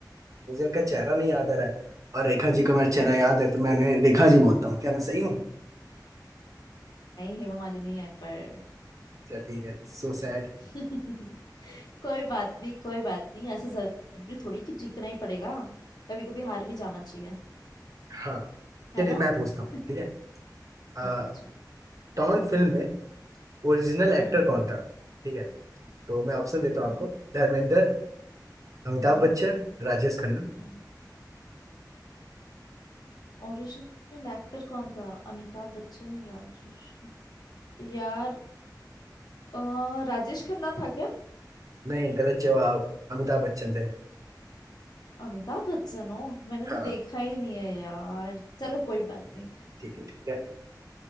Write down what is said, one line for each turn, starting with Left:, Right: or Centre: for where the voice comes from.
Right: मुझे उनका चेहरा नहीं याद आ रहा है और रेखा जी को मेरा चेहरा याद है तो मैं उन्हें रेखा जी बोलता हूँ क्या मैं सही हूँ
Left: हेमा मालिनी है पर
Right: चलो ठीक है सो सैड
Left: <laughs> कोई बात नहीं कोई बात नहीं ऐसा जरूरी थोड़ी कि जीतना ही पड़ेगा कभी कभी हार भी जाना चाहिए
Right: हाँ
Left: है
Right: चलिए
Left: ना
Right: मैं पूछता
Left: <laughs>
Right: हूँ ठीक है आ,
Left: तो पूछो
Right: टॉन फिल्म में ओरिजिनल एक्टर
Left: हम्म हम्म
Right: कौन था ठीक है तो मैं ऑप्शन देता हूँ
Left: हम्म
Right: आपको धर्मेंद्र अमिताभ
Left: हम्म
Right: बच्चन राजेश खन्ना
Left: हम्म ओरिजिनल एक्टर कौन था अमिताभ बच्चन राजेश यार अ, राजेश खन्ना था क्या
Right: नहीं गलत जवाब अमिताभ बच्चन थे
Left: अमिताभ बच्चन हो मैंने
Right: हाँ
Left: तो देखा ही नहीं है यार चलो कोई बात नहीं
Right: ठीक है ठीक है